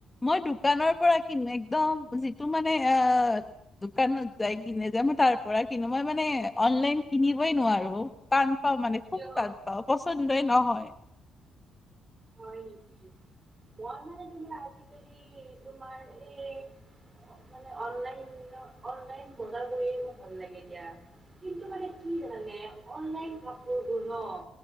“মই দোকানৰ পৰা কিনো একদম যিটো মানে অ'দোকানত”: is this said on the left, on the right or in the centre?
Left